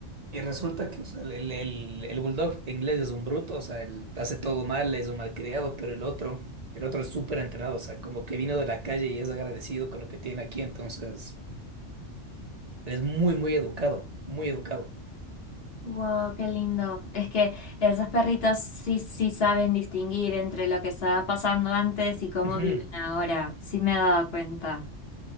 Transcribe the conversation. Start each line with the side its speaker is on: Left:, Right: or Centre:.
Right: Y resulta que o sea, el, el, el- el bulldog inglés es un bruto, o sea, él hace todo mal, es un malcriado, pero el otro, el otro es súper entrenado, o sea, como que vino de la calle y es agradecido con lo que tiene aquí, entonces es muy, muy educado, muy educado.
Left: Wow, qué lindo. Es que esos perritos sí, sí saben distinguir entre lo que estaba pasando antes y cómo
Right: Ujú,
Left: viven ahora. Sí me he dado cuenta.